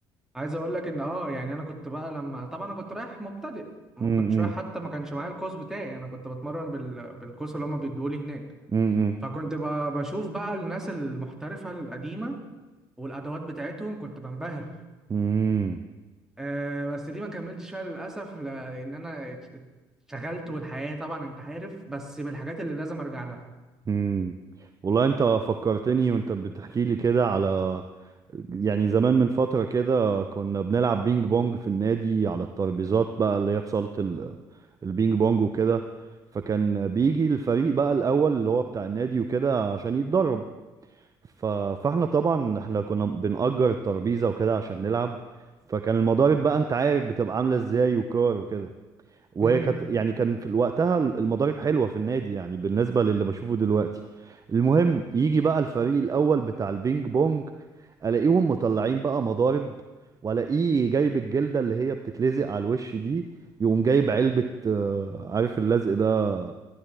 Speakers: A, in the centre; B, on the right (about 30°).
A: عايز اقول لك ان اه يعني انا كنت بقى لما طبعا انا كنت رايح مبتدئ ما
B: امم
A: كنتش رايح حتى ما كانش معايا الكوز بتاعي انا كنت بتمرن بال... بالكوز اللي هما بيدوه لي هناك
B: امم
A: فكنت ب- بشوف بقى الناس المحترفة القديمة والأدوات بتاعتهم كنت بنبهر
B: امم
A: أه بس دي ما كملتش فيها للأسف ل- لأن أنا ات- اتشغلت والحياة طبعا أنت عارف بس من الحاجات اللي لازم أرجع لها
B: امم والله انت فكرتني وانت بتحكي لي كده على يعني زمان من فترة كده كنا بنلعب بينج بونج في النادي على الترابيزات بقى اللي هي في صالة ال- البينج بونج وكده فكان بيجي الفريق بقى الأول اللي هو بتاع النادي وكده عشان يتدرب ف... فاحنا طبعا احنا كنا بنأجر الترابيزة وكده عشان نلعب فكان المضارب بقى انت عارف بتبقى عاملة ازاي وكار وكده وهي
A: امم
B: كانت يعني كان في وقتها المضارب حلوه في النادي يعني بالنسبه للي بشوفه دلوقتي المهم يجي بقى الفريق الاول بتاع البينج بونج الاقيهم مطلعين بقى مضارب والاقيه جايب الجلده اللي هي بتتلزق على الوش دي يقوم جايب علبه آه، عارف اللزق ده